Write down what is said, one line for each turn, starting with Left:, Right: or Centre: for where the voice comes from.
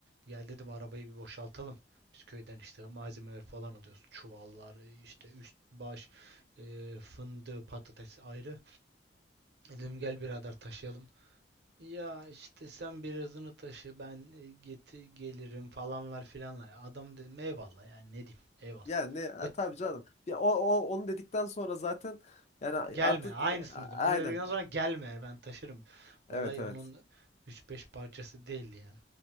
Right: Gel dedim arabayı bir boşaltalım. Biz köyden işte malzemeler falan alıyoruz. Çuvallar, e, işte üst baş, e, fındığı, patates ayrı. Dedim gel birader taşıyalım. Ya işte sen birazını taşı ben e, geti gelirim falanlar filanlar. Adam dedim eyvallah yani ne diyeyim eyvallah.
Left: Yani ne ha,
Right: Ve
Left: tabii canım. Ya o, o onu dedikten sonra zaten yani
Right: gelme
Left: artık
Right: aynısını
Left: e, a-
Right: dedim.
Left: aynen.
Right: Onu dedikten sonra gelme yani ben taşırım.
Left: Evet
Right: Olay
Left: evet.
Right: onun üç beş parçası değildi yani.